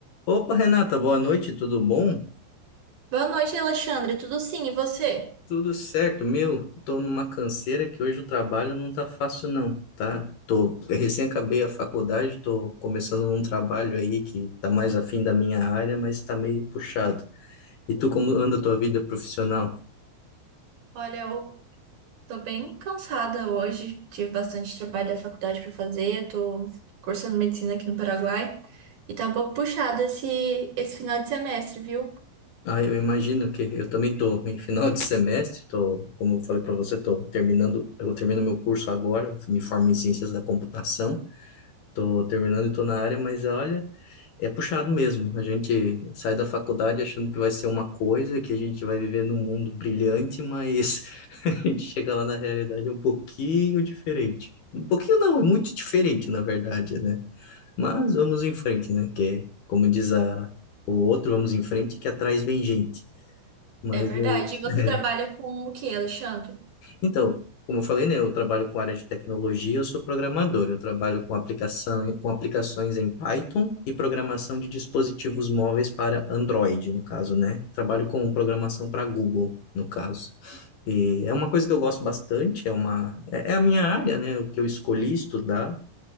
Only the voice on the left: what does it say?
Opa, Renata, boa noite, tudo bom?
Tudo certo, meu. Tô numa canseira que hoje o trabalho não tá fácil não, tá? Tô, eu recém acabei a faculdade, tô começando um trabalho aí que tá mais afim da minha área, mas tá meio puxado. E tu, como anda a tua vida profissional?
Ah, eu imagino que eu também tô em final de semestre, tô, como eu falei para você, tô terminando, eu termino meu curso agora, me formo em ciências da computação, tô terminando e tô na área, mas olha, É puxado mesmo. A gente sai da faculdade achando que vai ser uma coisa, que a gente vai viver num mundo brilhante, mas <laughs> a gente chega lá na realidade é um pouquinho diferente. Um pouquinho não, é muito diferente, na verdade, né? Mas vamos em frente, né? Que, como diz a, o outro, vamos em frente, que atrás vem gente. Mas
é isso.
<laughs>
Então, como eu falei, né, eu trabalho com área de tecnologia, eu sou programador. Eu trabalho com aplicação, com aplicações em Python e programação de dispositivos móveis para Android, no caso, né? Trabalho com programação para Google, no caso. E é uma coisa que eu gosto bastante, é uma, é é a minha área, né? O que eu escolhi estudar